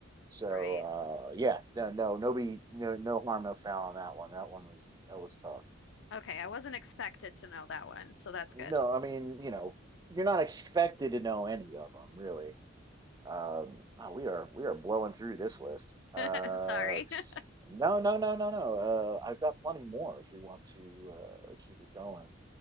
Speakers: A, on the right; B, on the left.
A: So
B: right.
A: uh, yeah, no, no, nobody, no, no harm, no foul on that one. That one was that was tough.
B: Okay, I wasn't expected to know that one, so that's
A: No,
B: good.
A: I mean, you know, you're not expected to know any of them really. Um, wow, we are we are blowing through this list. Uh,
B: <laughs> Sorry. <laughs>
A: no, no, no, no, no. Uh, I've got plenty more if we want to uh, keep it going.